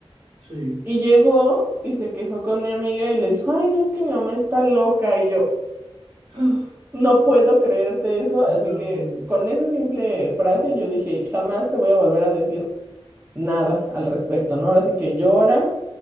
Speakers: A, on the right; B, on the right.
A: Sí.
B: Y llegó y se quejó con mi amiga y le dijo, ay, no, es que mi mamá está loca. Y yo,
A: <gasps> Ah,
B: No puedo creerte eso, así
A: No.
B: que con esa simple frase yo dije, jamás te voy a volver a decir nada al respecto, ¿no? Ahora sí que llora